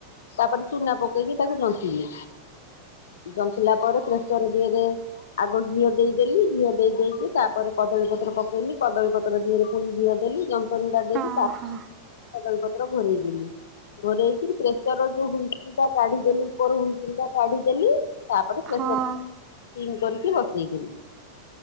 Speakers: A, on the left; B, on the right.
A: ତାପରେ ଚୁନା ପକେଇକି ତାକୁ ଜନ୍ତିଲି। ଜନ୍ତିଲା ପରେ ପ୍ରେସର୍ ଦିଏରେ ଆଗ ଘିଅ ଦେଇଦେଲି ଘିଅ ଦେଇ ଦେଇକି ତାପରେ କଦଳୀପତ୍ର ପକେଇଲି କଦଳୀ ପତ୍ର ଦିହରେ ପୁଣି ଘିଅ ଦେଲି ଜ ତଣ୍ଡା ଦେଇକି
B: ହଁ
A: ତା
B: ହଁ
A: କଦଳୀ ପତ୍ର ଘୋରେଇ ଦେଲି। ଘୋରେଇକିରି ପ୍ରେସର ଯୋଉ ହୁଇସିଲ୍ ଟା କାଢିଦେଲି ଉପର ହୁଇସିଲ ଟା କାଢିଦେଲି। ତାପରେ ପ୍ରେସର୍
B: ହଁ
A: ସିମ୍ କରିକି ବସେଇ ଦେଲି।